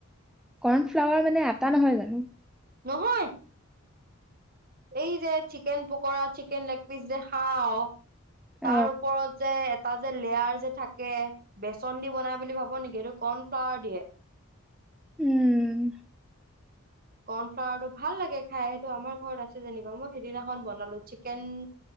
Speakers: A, in the centre; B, on the right (about 40°).
A: কৰ্ণফ্লাৱাৰ মানে আটা নহয় জানো?
B: নহয়। এই যে chicken pakora, chicken leg piece যে খাওঁ
A: অ
B: তাৰ ওপৰত যে এটা যে লেয়াৰ যে থাকে বেচন দি বনাই বুলি ভাব নেকি এইটো কৰ্ণফ্লাৱাৰ দিয়ে।
A: উম।
B: কৰ্ণফ্লাৱাৰটো ভাল লাগে খাই সেইটো আমাৰ ঘৰত আছে যেনিবা মই সিদিনাখন বনালো চিকেন